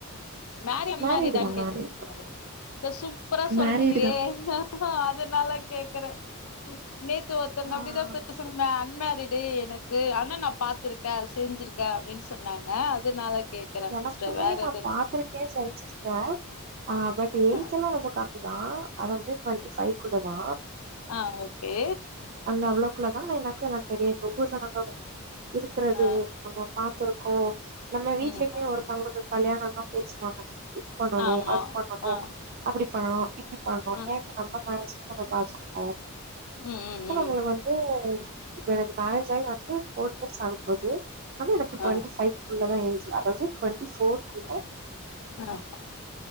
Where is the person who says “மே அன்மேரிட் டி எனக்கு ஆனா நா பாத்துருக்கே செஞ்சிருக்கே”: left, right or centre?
Left